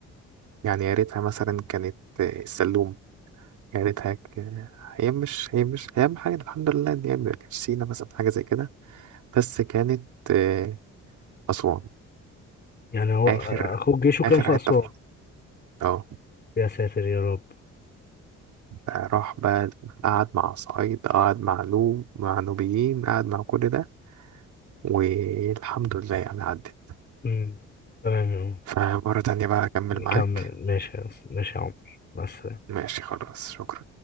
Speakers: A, on the right; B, on the left.
A: يعني يا ريتها مثلا كانت آه، السلوم يا ريتها ك- هي مش هي مش هي أهم حاجة الحمد لله إن هي ما كانتش سينا مثلا حاجة زي كده بس كانت آه، أسوان
B: يعني هو
A: آخر
B: اخوك جيشه كان
A: آخر
B: في
A: حتة
B: اسوان
A: في مصر. اه
B: يا ساتر يا رب
A: راح بقى قعد مع صعيد قعد مع نوب مع نوبيين قعد مع كل ده والحمد لله يعني عدت
B: مم. تمام يا عمر.
A: فمرة تانية بقى أكمل
B: نكمل
A: معاك
B: ماشي يا- ماشي يا عمر مع السلامة
A: ماشي خلاص شكرا